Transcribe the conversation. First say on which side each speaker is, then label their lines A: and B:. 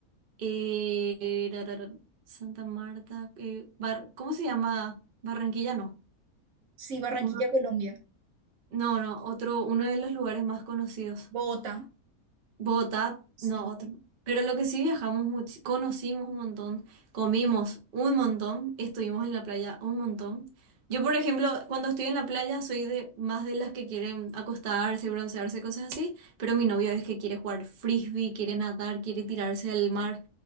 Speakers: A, on the right; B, on the right.
A: eh, eh, ra, ra, ra, Santa Marta, eh, Bar- ¿cómo se llama? Barranquilla, no.
B: Sí, Barranquilla,
A: Uno-
B: Colombia.
A: no, no, otro, uno de los lugares más conocidos.
B: Bogotá,
A: Bogotá,
B: sí,
A: no, otro. Pero lo que sí viajamos mucho, conocimos un montón, comimos un montón, estuvimos en la playa un montón. Yo, por ejemplo, cuando estoy en la playa soy de más de las que quieren acostarse, broncearse, cosas así, pero mi novio es que quiere jugar frisbee, quiere nadar, quiere tirarse al mar.